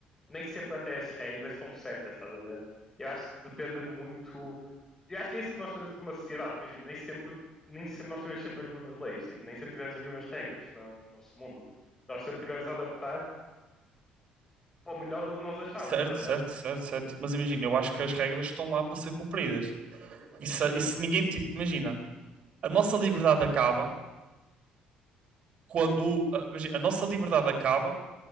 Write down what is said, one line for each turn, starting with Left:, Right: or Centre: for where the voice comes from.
Left: nem sempre até as regras estão certas, estás a ver? Eu acho que depende muito. Eu acho que é isso que nós fazemos numa sociedade, imagina, nem sempre, nem sempre nós tivemos sempre as mesmas leis, tipo, nem sempre tivemos as mesmas regras no, no nosso mundo. Nós sempre tivemos a adaptar para o melhor do que nós achávamos,
Right: Certo,
Left: estás a
Right: certo,
Left: ver?
Right: certo, certo. Mas imagina, eu acho que as regras estão lá para ser cumpridas. E se, e se ninguém. ti- Imagina, a nossa liberdade acaba quando. ah, Imagina, a nossa liberdade acaba